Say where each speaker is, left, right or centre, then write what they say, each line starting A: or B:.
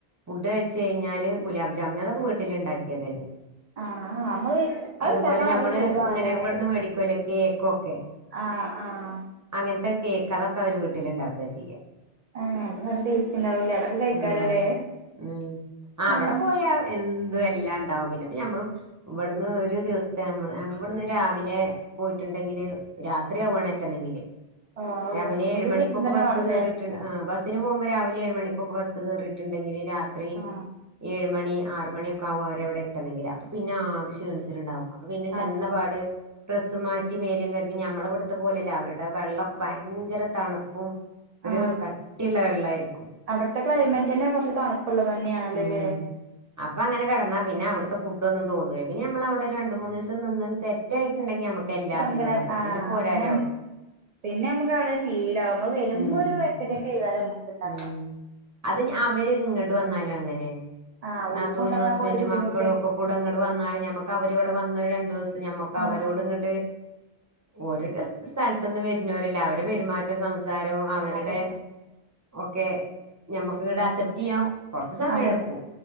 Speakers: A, on the right (about 20°); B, on the right (about 45°).
A: ഫുഡ് കഴിച്ചഴിഞ്ഞാല് ഗുലാംജാംമിനതൊക്കെ വീട്ടിൽ ഇണ്ടാക്കിയത് തന്നെ
B: ആഹ് നമ്മള് അത്
A: അതുപോലെ
B: ഇണ്ടാക്കാൻ
A: ഞമ്മള്
B: നല്ല സുഖാണല്ലോല്ലേ
A: ഇങ്ങനെ ഇവടുന്ന് മേടിക്കൂല്ലോ കേക്കൊക്കെ
B: ആഹ് ആഹ്
A: അങ്ങൻത്തെ കേക്ക് അതൊക്കെ അവര് വീട്ടില് ഇണ്ടാക്കുആ ചെയ്യാ
B: ആഹ് അത് നല്ല ടേസ്റ്റ്ണ്ടാവൂലേ അതൊക്കെ കഴിക്കാലോ
A: ഉം
B: ല്ലേ
A: ഉം അവിടെ
B: ആഹ്
A: പോയാ എന്തും എല്ലാം ഇണ്ടാവും പിന്നെപ്പഞമ്മളും ഇവിടുന്ന് ഒരു ദിവസത്തെ നമ്മള് ഞങ്ങളിവിടുന്ന് രാവിലെ പോയിട്ടുണ്ടെങ്കില് രാത്രിയാവു എണെ എത്തണെങ്കില്
B: ഓ
A: രാവിലെ ഏഴ്
B: ഒരു
A: മണിക്കൊക്കെ
B: ദിവസം തന്നെ
A: ബസ്സ്‌
B: വേണല്ലേ
A: കേറി റ്റുണ്ട് ആഹ് ബസിന് പോകുമ്പോ രാവിലെ ഏഴ് മണിക്കൊക്കെ ബസ്സ് കേറിയിട്ടുണ്ടെങ്കില് രാത്രി
B: ഓ
A: ഏഴ് മണി ആറ് മണി ഒക്കെ ആകും അര് അവിടെ എത്തണെങ്കില പിന്നെ ആകെ ക്ഷീണിച്ചിട്ടുണ്ടാവും അപ്പൊ പിന്നെ
B: ആ
A: ചെന്നപാട് ഡ്രസ്സ് മാറ്റി മേലും കഴുകി മ്മള ഇവിടുത്തെ പോലെയല്ലേ അവരുടെ വെള്ളം ഭയങ്കര തണുപ്പ് പ്പും ഒരു
B: ആ
A: കട്ടിയുള്ള വെള്ളമായിരിക്കും
B: അവിടുത്തെ ക്ലൈമറ്റ് തന്നെ കുറച്ച് തണുപ്പുള്ളത് തന്നെയാണല്ലേല്ലേ
A: ഉം അപ്പൊ അങ്ങനെ കടന്നാ പിന്നെ അവിടുത്തെ ഫുഡ് ഒന്നുംതൊന്നില്ല പിന്നെ നമ്മള അവിടെ ഒരു രണ്ട മൂന്നു ദിവസം നിന്ന് ഒന്ന് സെറ്റ് സെറ്റായിട്ടുണ്ടെങ്കി നമുക്ക് എല്ലാത്തിനും
B: നമുക്കനെ ആ
A: പിന്നെ പോരോരാവും
B: നമ്മ പിന്നെ നമ്മുക്ക് അവിടെ ശീലമാകുമ്പ വരുമ്പോ
A: ഉം
B: ഒരു വരിക്ക ചെക്ക ചെയ്താല നമുക്ക്ണ്ടാവും
A: ഉം അത് അവര് ഇങ്ങോട്ട് വന്നാലും അങ്ങനെ
B: ആ ഓൽക്കും
A: നാത്തൂനും
B: ഉണ്ടാവും
A: ഹസ്ബൻറും
B: അപ്പൊ ഒരു ബുദ്ധിമുട്ട്
A: മക്കളും ഒക്കെ കൂടങ്ങട് വന്നാല ഞമ്മക്ക് അവരി ഇവിടെ വന്ന രണ്ടു ദിവസം ഞമ്മക്ക്
B: ആ
A: അവരോട് ഇങ്ങോട്ട് ഓരോരു സ്ഥലത്തു നിന്ന് വരുന്നവരല്ലേ അവരെ പെരുമാറ്റവും സംസാരവും അവരുടെ
B: ആ അതന്നെ
A: ഓക്കെ ഞമക്ക് ഇങ്ങടെ അക്സെപ്റ്റ് ചെയ്യാൻ കൊറച്ച് സമയം
B: അതെ
A: എടുക്കും